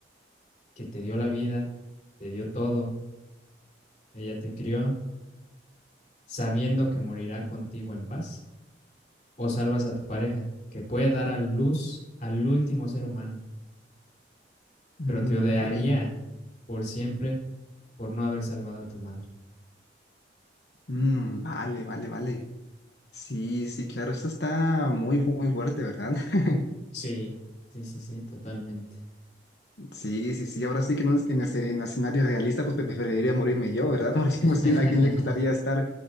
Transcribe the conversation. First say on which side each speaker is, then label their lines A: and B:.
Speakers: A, on the left; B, on the left.
A: que te dio la vida, te dio todo, ella te crió, sabiendo que morirá contigo en paz? ¿O salvas a tu pareja que puede dar a luz al último ser humano,
B: mm,
A: pero te odiaría
B: ok,
A: por siempre por no haber salvado a tu madre?
B: mm, vale, vale, vale. Sí, sí, claro, esto está muy, fu- muy fuerte, ¿verdad? <laughs>
A: Sí, sí, sí, sí, totalmente.
B: Sí, sí, sí, ahora sí que en un en esce- en escenario realista pues pe- preferiría morirme yo, ¿verdad? <laughs> Porque
A: <laughs>
B: pues ¿quién- a quién le gustaría estar